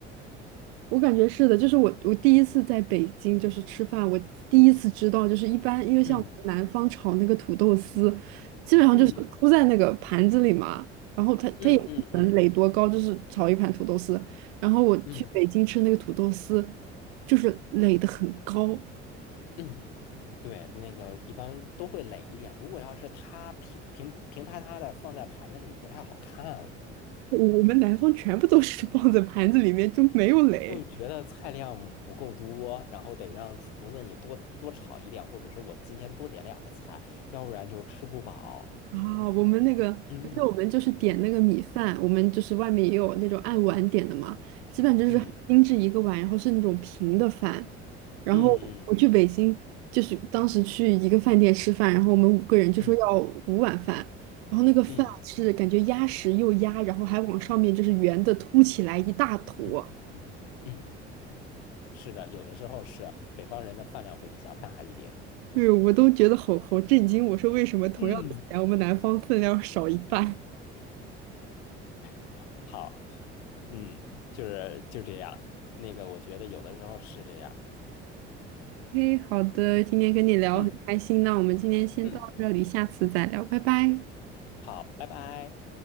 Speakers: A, on the right; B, on the left.
A: 我感觉是的，就是我我第一次在北京就是吃饭，我第一次知道就是一般，因为像我们南方炒那个土豆丝，
B: 嗯
A: 基本上就是铺在那个盘子里嘛，
B: 嗯
A: 然后它它也不可能垒多高，
B: 嗯嗯嗯
A: 就是炒一盘土豆丝。然后我去北京吃那个土豆丝，
B: 嗯嗯。
A: 就是垒得很高，
B: 嗯对，那个一般都会垒一点。如果要是它平平平塌塌的放在盘子里，不太好看，
A: 我我们南方全部都是放在盘子里面就没有垒。
B: 就觉得菜量不够多，然后得让厨子你多多炒一点，或者是我今天多点两个菜，要不然就吃不饱。
A: 啊，我们那个，
B: 嗯
A: 而且我们就是点那个米饭，我们就是外面也有那种按碗点的嘛，基本就是很精致一个碗，
B: 嗯
A: 然后是那种平的饭。然后我去北京，
B: 嗯
A: 就是当时去一个饭店吃饭，然后我们五个人就说要五碗饭，
B: 嗯嗯
A: 然后那个饭是感觉压实又压，
B: 嗯
A: 然后还往上面就是圆的凸起来一大坨，
B: 嗯嗯嗯，嗯是的，有的时候是北方人的饭量会比较大一点。
A: 对我都觉得好好震惊，我说为什么同样的钱，
B: 嗯，
A: 我们南方分量少一半？
B: <laughs> 好，嗯，就是就这样。那个，我觉得有的时候是这样。
A: 嘿，好的，今天跟你聊很开心，
B: 嗯。
A: 那我们今天先到这里，
B: 嗯，
A: 下次再聊，拜拜。
B: 好，拜拜。